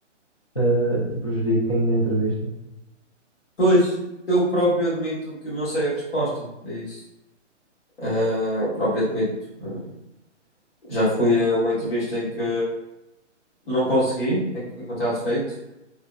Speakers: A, on the left; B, on the left.
A: eh, te prejudiquem na entrevista.
B: Pois, eu próprio admito que não sei a resposta a isso. Ah, próprio admito. Ah, já fui a uma entrevista em que não consegui en- encontrar defeito.